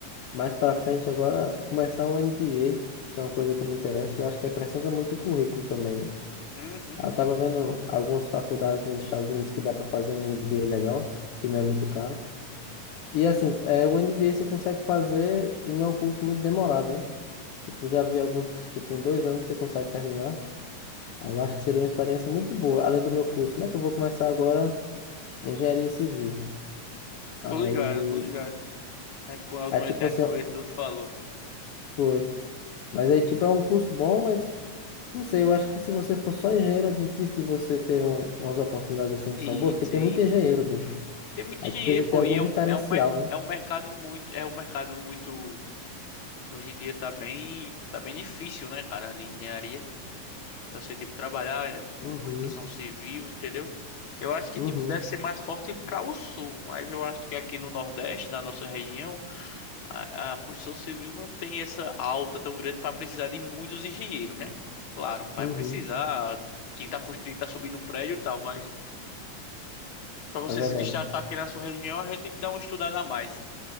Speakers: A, on the left; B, on the left.
A: Mais pra frente agora, começar um MBA, que é uma coisa que eu me interesso, e eu acho que acrescenta muito o currículo também, né?
B: Uhum.
A: Eu tava vendo algumas faculdades nos Estados Unidos que dá para fazer um MBA legal, que não é muito caro. E assim, é, o MBA você consegue fazer e não é um curso muito demorado, né? Tipo, já vi alguns que, tipo, em dois anos você consegue terminar. Eu acho que seria uma experiência muito boa, além do meu curso, né? Que eu vou começar agora engenharia civil. Aí,
B: Tô ligado, tô ligado. A gente, quando a última
A: aí tipo
B: vez que a
A: assim,
B: gente conversou,
A: ó,
B: tu falou.
A: foi. Mas aí, tipo, é um curso bom, mas Não sei, eu acho que se você for só engenheiro, é difícil de você ter um- umas oportunidades assim
B: Isso,
A: que são boas, porque tem
B: isso.
A: muito engenheiro, bicho.
B: Tem muito
A: Aí
B: dinheiro,
A: tu precisa ter
B: pô,
A: algum
B: e é
A: diferencial,
B: um, é um, mer-
A: né?
B: é um mercado muito, é um mercado muito Hoje em dia tá bem, tá bem difícil, né, cara, de engenharia. Pra você, tipo, trabalhar eh, com
A: Uhum,
B: construção civil, entendeu? Eu acho que,
A: uhum,
B: tipo, deve ser mais forte para o sul, mas eu acho que aqui no Nordeste, na nossa região, a, a construção civil não tem essa alta tão grande para precisar de muitos engenheiros, né? Claro, vai
A: uhum.
B: precisar. Quem tá construindo, tá subindo prédio e tal, mas para você
A: É verdade.
B: se destacar aqui na sua região, a gente tem que dar uma estudada a mais.